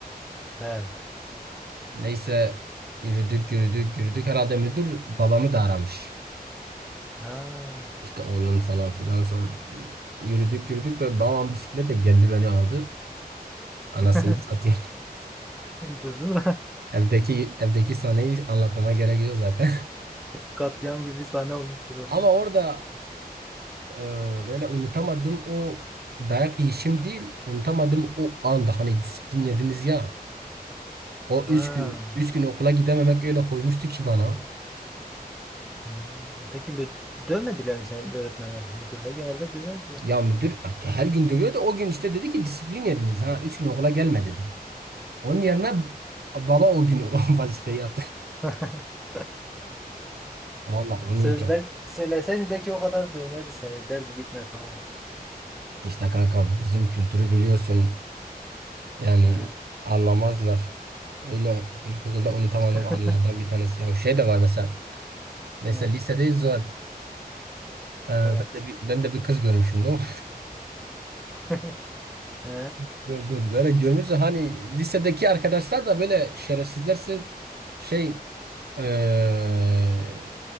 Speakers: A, in the centre; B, on the right.
A: He.
B: Neyse yürüdük yürüdük yürüdük. Herhalde müdür babamı da aramış.
A: Ha.
B: İşte oğlun falan filan sonra yürüdük yürüdük ve babam bisikletle geldi beni aldı. Anasını
A: <laughs>
B: satayım. <laughs>
A: Duydun mu?
B: Evdeki evdeki sahneyi anlatmama gerek yok zaten.
A: Katliam gibi bir sahne olmuştur orada.
B: <laughs> Ama orada Ee, böyle unutamadığım o dayak yiyişim değil, unutamadım o anda hani disiplin yediniz ya. O
A: Ha.
B: üç gün, üç gün okula gidememek öyle koymuştu ki bana.
A: Hmm. Peki mü- dövmediler mi seni öğretmenler? Müdürler genelde döverdi ya.
B: Ya müdür hatta her gün dövüyor da o gün işte dedi ki disiplin yediniz ha. Üç gün okula gelme dedi. Onun yerine baba o gün <laughs> o vazifeyi yaptı.
A: <laughs>
B: Valla onu
A: Söyler,
B: yiyeceğim.
A: söyleseydi belki o kadar dövmedi seni. Derdi gitme tamam.
B: işte kanka bizim kültürü biliyorsun. Yani
A: Ha.
B: anlamazlar. Öyle ilkokulda unutamadığım
A: <laughs>
B: anılardan bir tanesi ya. Şey de var mesela. Mesela
A: Hı.
B: lisedeyiz o Ee,
A: Evet.
B: ben de bir ben de bir kız görmüşüm lan.
A: <laughs> He.
B: <laughs> Dur dur. Böyle görmüşsün hani lisedeki arkadaşlar da böyle şerefsizler sırf şey eee